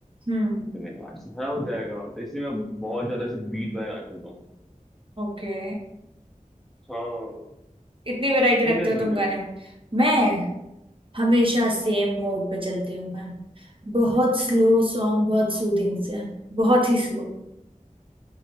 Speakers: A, on the right (about 40°); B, in the centre.
A: हम्म
B: तो मेरा मैच तो खराब हो जाएगा तो इसलिए मैं बहुत ज्यादा से बीट वाले गाने सुनता हूँ
A: ओके
B: हाँ
A: इतनी वैरायटी
B: तुम
A: रखते
B: कैसे
A: हो
B: सुनते
A: तुम गाने
B: हो
A: में मैं हमेशा सेम मोड पे चलती हूँ मैं बहुत स्लो सॉन्ग बहुत सूदिंग से बहुत ही स्लो